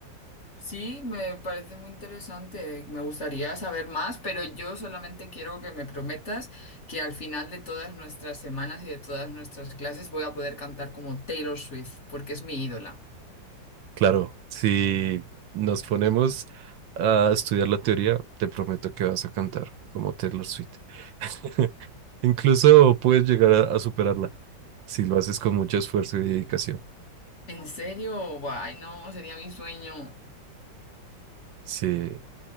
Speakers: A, on the left (about 40°); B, on the right (about 80°).
A: Sí, me parece muy interesante. eh, Me gustaría saber más, pero yo solamente quiero que me prometas que al final de todas nuestras semanas y de todas nuestras clases voy a poder cantar como Taylor Swift, porque es mi ídola.
B: Claro, si nos ponemos a estudiar la teoría, te prometo que vas a cantar como Taylor Swift. <laughs> Incluso puedes llegar a, a superarla si lo haces con mucho esfuerzo y dedicación.
A: ¿En serio? Ay, no, sería mi sueño.
B: Sí,